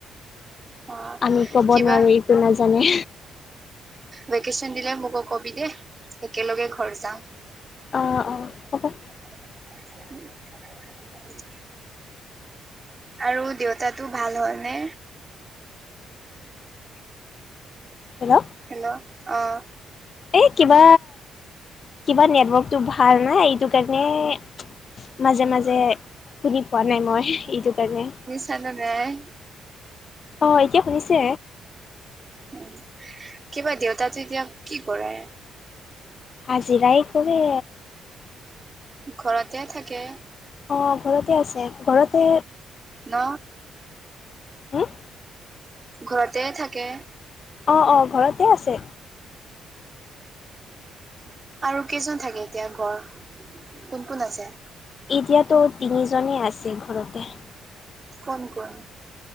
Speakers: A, on the right; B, on the left.
A: অ
B: আমি কব
A: কিবা
B: নোৱাৰো, এইটো নাজানে।
A: ভেকেশ্যচন দিলে মোকো কবি দে একেলগে ঘৰ যাম।
B: অঁ, অঁ, হ'ব।
A: উম। আৰু দেউতাটো ভাল হল নে?
B: হেল্ল।
A: হেল্ল', অঁ।
B: এই কিবা কিবা নেটৱৰ্কটো ভাল নাই এইটো কাৰণে- মাজে মাজে শুনি পোৱা নাই মই এইটো কাৰণে।
A: জানা নাই?
B: অঁ, এতিয়া শুনিছে।
A: উম, কিবা দেউতাতো এতিয়া কি কৰে?
B: হাজিৰাই কৰে।
A: ঘৰতে থাকে।
B: অঁ, ঘৰতে আছে ঘৰতে।
A: ন!
B: হম?
A: ঘৰতে থাকে?
B: অঁ, অঁ, ঘৰতে আছে।
A: আৰু কেইজন থাকে এতিয়া ঘৰত, কোন কোন আছে?
B: এতিয়াতো তিনিজনেই আছে ঘৰতে।
A: কোন, কোন?